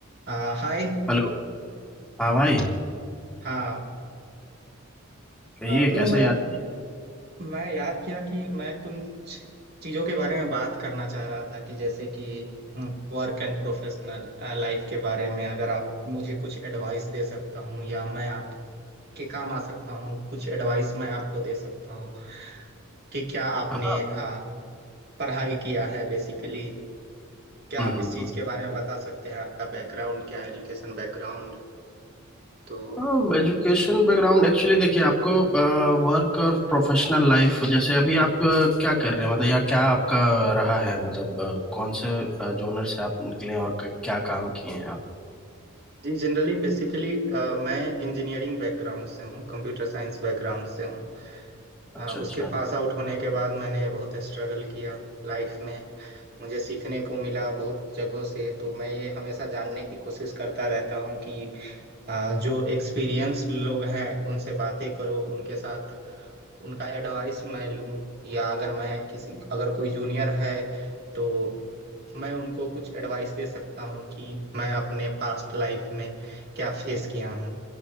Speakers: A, on the right (about 50°); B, in the centre.
A: आ, हाय
B: हेलो हाँ भाई
A: हाँ
B: कहिए
A: ब्रो
B: कैसे
A: मैं
B: याद
A: मैं याद किया कि मैं कुछ चीज़ों के बारे में बात करना चाह रहा था कि जैसे कि वर्क एंड प्रोफेशनल लाइफ के बारे में अगर आप मुझे कुछ एडवाइस दे सकता हूँ या मैं आपके काम आ सकता हूँ कुछ एडवाइस मैं आपको दे सकता हूँ कि क्या आपने
B: हाँ
A: आ, पढ़ाई किया है बेसिकली क्या
B: हम्म
A: आप
B: हम्म
A: इस चीज़
B: हम्म।
A: के बारे में बता सकते हैं आपका बैकग्राउंड क्या है एजुकेशन बैकग्राउंड तो
B: हाँ एजुकेशन बैकग्राउंड एक्चुअली देखिए आपको वर्क और प्रोफेशनल लाइफ जैसे अभी आप अ, क्या कर रहे हैं मतलब या क्या आपका रहा है मतलब अ, कौन से जोनर से आप निकले हैं और क- क्या काम किए हैं आप
A: जी जनरली बेसिकली मैं इंजीनियरिंग बैकग्राउंड से हूँ कंप्यूटर साइंस बैकग्राउंड से हूँ अ,
B: अच्छा अच्छा
A: उसके पास आउट होने के बाद मैंने बहुत स्ट्रगल किया लाइफ में मुझे सीखने को मिला बहुत जगहों से तो मैं ये हमेशा जानने की कोशिश करता रहता हूँ कि अ, जो एक्सपीरियंस लोग हैं उनसे बातें करो उनके साथ उनका एडवाइस मैं लूं या अगर मैं किसी अगर कोई जूनियर है तो मैं उनको कुछ एडवाइस दे सकता हूं कि मैं अपने पास्ट लाइफ में क्या फेस किया हूं